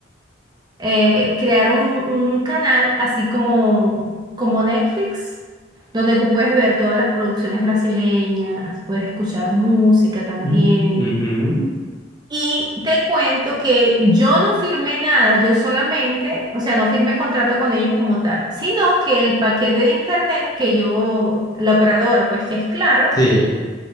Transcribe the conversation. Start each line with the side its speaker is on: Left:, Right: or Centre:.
Right: eh, crearon un, un canal así como, como Netflix, donde tú puedes ver todas las producciones brasileñas, puedes escuchar música también.
Left: Mm, ujú,
Right: Y te cuento que yo no firmé nada, yo solamente, o sea, no firmé contrato con ellos como tal, sino que el paquete de internet que yo, la operadora, pues que es claro,
Left: Sí.